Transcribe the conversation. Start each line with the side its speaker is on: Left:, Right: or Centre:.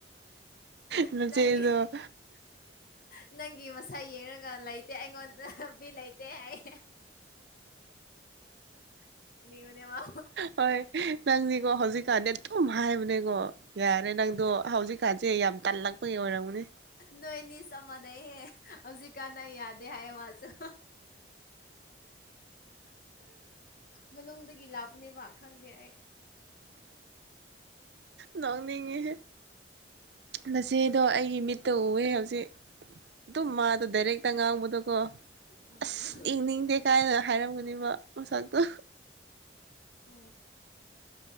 Right: ꯅꯆꯦꯗꯣ
Left: ꯅꯪꯒꯤ ꯅꯪꯒꯤ ꯃꯁꯛ ꯌꯦꯡꯉꯒ ꯂꯩꯇꯦ ꯑꯩꯉꯣꯟꯗꯕꯤ ꯂꯩꯇꯦ ꯑꯩ ꯃꯅꯦ ꯃꯥ
Right: ꯍ ꯅꯪꯅꯤ ꯀꯣ ꯍꯖꯤꯀꯥꯗꯤ ꯑꯦꯝ ꯍꯥꯏꯥꯏ ꯃꯅꯦ ꯉꯣ ꯌꯥꯔꯦ ꯅꯪꯗꯣ ꯍꯧꯖꯤꯛꯀꯥꯟꯁꯦ ꯌꯥꯝ ꯇꯜꯂꯛꯄꯒꯤ ꯑꯣꯏꯔꯝꯃꯅꯦ
Left: ꯅꯣꯏꯅꯤ ꯆꯞ ꯃꯥꯟꯅꯩꯍꯦ ꯍꯧꯖꯤꯛꯀꯥꯟꯅ ꯌꯥꯗꯦ ꯍꯥꯏꯌꯦ ꯃꯥꯁꯨꯦ ꯃꯅꯨꯡꯗꯒꯤ ꯂꯥꯞꯄꯅꯦꯕ ꯈꯪꯗꯦ ꯑꯩ
Right: ꯅꯣꯛꯅꯤꯡꯉꯤ ꯃꯆꯦꯗꯣ ꯑꯩꯒꯤ ꯃꯤꯠꯇ ꯎꯋꯦ ꯑꯗꯨ ꯃꯥ ꯗꯗꯥꯏꯔꯦꯛꯇ ꯉꯥꯡꯕꯗ ꯀꯣ
Left: ꯑꯣ
Right: ꯑꯁ ꯌꯦꯡꯅꯤꯡꯗꯦ ꯀꯥꯏꯅ ꯍꯥꯏꯔꯝꯒꯅꯦꯕ ꯃꯁꯛꯇꯣ
Left: ꯍ